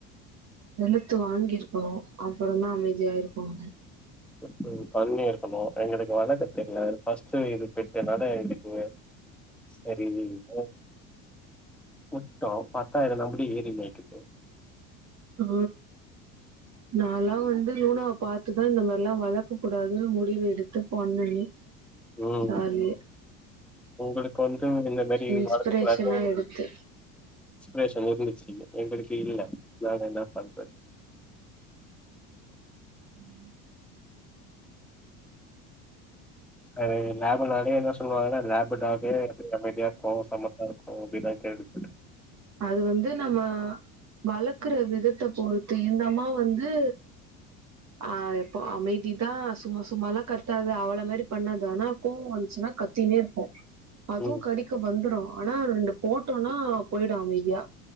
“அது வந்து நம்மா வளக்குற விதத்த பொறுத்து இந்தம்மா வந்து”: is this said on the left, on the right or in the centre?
Right